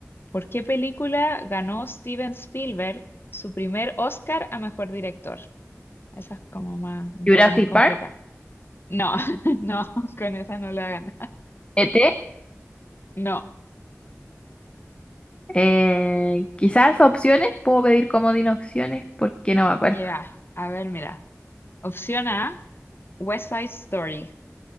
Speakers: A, on the left; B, on the left.
A: ¿Por qué película ganó Steven Spielberg su primer Oscar a mejor director? Esa es como más, un
B: Jurassic
A: poco más complicada.
B: Park,
A: No, <laughs> no, con esa no la gana.
B: ET,
A: No,
B: eh, quizás opciones, puedo pedir comodín opciones, porque no me acuerdo.
A: ya. A ver, mira. Opción A. West Side Story.